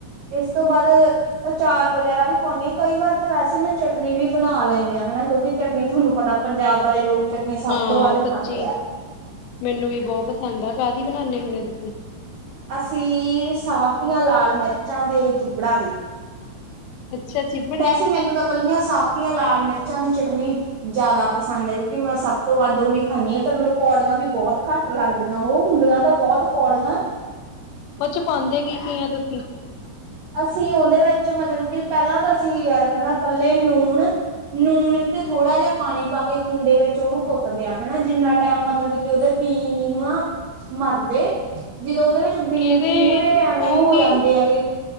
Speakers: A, on the right (about 70°); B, on the left (about 80°).
A: ਏਸ ਤੋਂ ਬਾਦ ਅਚਾਰ ਵਗੈਰਾ ਵੀ ਪਾਉਨੀ। ਕਈ ਵਾਰ ਤਾਂ ਵੈਸੇ ਮੈਂ ਚਟਨੀ ਵੀ ਬਣਾ ਲੈਂਨੀ ਆਂ ਹਨਾ ਕਿਉਂਕਿ ਚਟਨੀ ਥੋਨੂੰ ਪਤਾ ਪੰਜਾਬ ਵਾਲੇ ਲੋਕ ਚਟਨੀ ਸਭ
B: ਹਾਂ
A: ਤੋਂ ਵੱਧ
B: ਸੱਚੀ,
A: ਖਾਂਦੇ ਆ
B: ਮੈਨੂੰ ਵੀ ਬੋ ਪਸੰਦ ਆ। ਕਾਦੀ ਬਣਾਉਨੇ ਹੁੰਨੇ ਤੁਸੀ?
A: ਅਸੀ ਸਾਵਤੀਆਂ ਲਾਲ ਮਿਰਚਾਂ ਦੇ ਚੁੱਬੜਾਂ ਦੀ।
B: ਅੱਛਾ ਜੀ।
A: ਵੈਸੇ ਮੈਨੂੰ ਤਾਂ ਕੱਲੀਆਂ ਸਾਬਤੀਆਂ ਲਾਲ ਮਿਰਚਾਂ ਦੀ ਚਟਨੀ ਜਾਦਾ ਪਸੰਦ ਐ ਕਿਉਂਕਿ ਮੈਂ ਸਭ ਤੋਂ ਵੱਧ ਓਹੀ ਖਾਨੀ ਪਰ ਮੈਨੂੰ ਕੌੜੀਆਂ ਵੀ ਬੋਤ ਘੱਟ ਲੱਗਦੀਆ ਓਹ। ਹੁੰਦੀਆਂ ਤਾਂ ਬੋਤ ਕੌੜੀਆਂ।
B: ਓਚ ਪਾਂਦੇ ਕੀ ਕੀ ਆਂ ਤੁਸੀ?
A: ਅਸੀ ਓਦੇ ਵੇਚ ਮਤਲਬ ਕਿ ਪੈਲਾਂ ਤਾਂ ਅਸੀ ਯਾਰ ਹਨਾ ਕੱਲੇ ਨੂਣ ਨੂਣ ਤੇ ਥੋੜਾ ਜਾ ਪਾਣੀ ਪਾ ਕੇ ਕੂੰਡੇ ਵਿੱਚ ਓਨੂੰ ਕੁੱਟ ਦੇਆ ਹੈਨਾ ਜਿੰਨਾ ਟਾਈਮ ਮਤਲਬ ਕਿ ਓਦੇ ਪੀ ਣੀ ਹੋਣਾ ਮਰਦੇ ਜਦੋਂ ਓਦੇ ਵਿੱਚ ਬੀ
B: ਕਿਹਦੇ
A: ਪੂਰੇ ਐਵੇਂ
B: ਉਹ
A: ਹੋ
B: ਕੀ
A: ਜਾਂਦੇ ਹੈਗੇ।